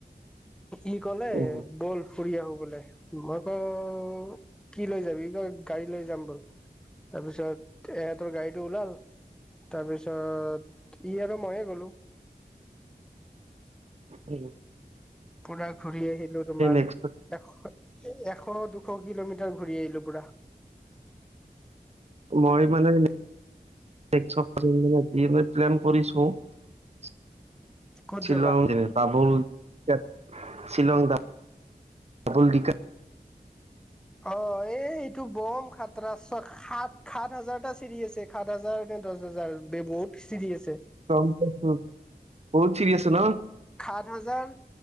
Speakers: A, in the centre; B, on the right.
A: ই ক'লে,
B: উম,
A: বল ফুৰি আহোঁ, বোলে। মই কওঁ, কি লৈ যাবি? সি কয়! গাড়ী লৈ যাম, বল। তাৰপিছত, এহঁতৰ গাড়ীটো ওলাল। তাৰপিছত, সি আৰু মইয়ে গ'লোঁ।
B: উম!
A: পূৰা ঘূৰি আহিলোঁ। তোমাৰ,
B: নেক্সট
A: এশ, এশ- দুশ কিলোমিটাৰ ঘূৰি আহিলোঁ, পূৰা।
B: মই মানে, <unintelligible> প্লেন কৰিছোঁ। <inaudible>
A: ক'ত
B: শ্বিলং
A: যাবা
B: <unintelligible> <unintelligible> শ্বিলং <unintelligible>
A: অ'! এই, এইটো বম খাতৰা! সাত- সাত হাজাৰটা চিৰি আছে। সাত হাজাৰ নে দহ হাজাৰ বে বহুত চিৰি আছে।
B: <unintelligible> বহুত চিৰি আছে ন'?
A: সাত হাজাৰ-